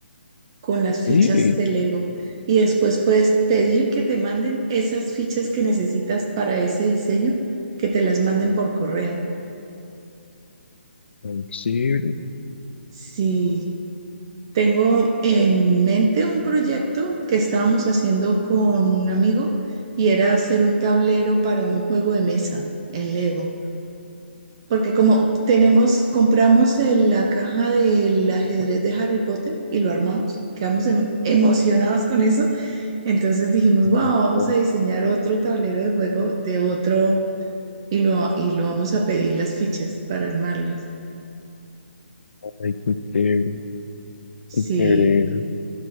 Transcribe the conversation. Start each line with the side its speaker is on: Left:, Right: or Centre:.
Right: con las fichas
Left: Sí,
Right: de Lego y después puedes pedir que te manden esas fichas que necesitas para ese diseño, que te las manden por correo.
Left: ay, sí,
Right: Sí, tengo en mente un proyecto que estábamos haciendo con un amigo y era hacer un tablero para un juego de mesa en Lego. Porque como tenemos, compramos el- la caja del ajedrez de Harry Potter y lo armamos, quedamos em- emocionados con eso, entonces dijimos, wow,
Left: pero
Right: vamos
Left: no,
Right: a diseñar otro tablero de juego de otro y lo, y lo vamos a pedir las fichas para armarlas.
Left: ay, qué chévere,
Right: Sí,
Left: qué chévere